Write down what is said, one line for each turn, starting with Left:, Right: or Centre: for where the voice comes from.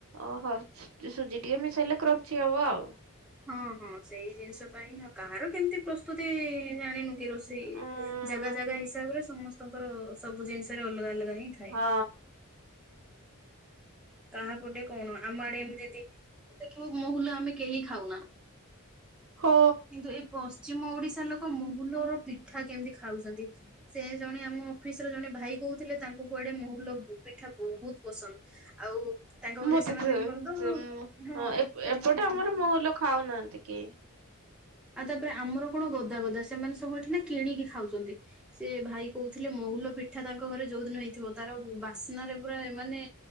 Right: ଓହୋ ସୁଜି ଟିକେ ମିଶାଇଲେ କ୍ରଞ୍ଚି ହବ ଆଉ।
Centre: ହଁ ହଁ ସେଇ ଜିନିଷ ପାଇଁ ଆଉ କାହାର କେମିତି ପ୍ରସ୍ତୁତି ଜାଣିନୁ। ରୋଷେଇ
Right: ଉଁ
Centre: ଜାଗା ଜାଗା ହିସାବରେ ସମସ୍ତ ଙ୍କର ସବୁ ଜିନିଷରେ ଅଲଗା ଅଲଗା ରହି
Right: ହଁ
Centre: ଏ ତାାହାପଟେ କଣ ଆମ ଆଡେମ ଯେମିତି ଦେଖିବ ମହୁଲ ଆମେ କେହି ଖାଉନା।
Right: ହୋ
Centre: କିନ୍ତୁ ଏ ପଶ୍ଚିମ ଓଡିଶା ଲୋକ ମୁଁ। ମହୁଲର ପିଠା କେମିତି ଖାଉଛନ୍ତି ସେ ଜଣେ ଆମ ଅଫିସ ର ଜଣେ ଭାଇ କହୁଥିଲେ ତାଙ୍କୁ କୁଆଡେ ମହୁଲ ପିଠା ବହୁତ ପସନ୍ଦ। ଆଉ ତାଙ୍କ
Right: ମୋତ
Centre: ଘରେ ସେମାନଙ୍କର
Right: ଏପଟେ
Centre: ତ ହଁ ସେମାନେ
Right: ଆମର ମଉଲ ଖାଉନାହାନ୍ତି କି?
Centre: ଆଉ ତାପରେ ଆମର କଣ ଗଦା ଗଦା ସେମାନେ ସବୁ ଏଠି ନା କିଣିକି ଖାଉଛନ୍ତି ସେ ଭାଇ କହୁଥିଲେ ମହୁଲ ପିଠା ତାଙ୍କ ଘରେ ଯୋଉଦିନ ହେଇଥିବ ତାର ବାସ୍ନାରେ ପୁରା ଏମାନେ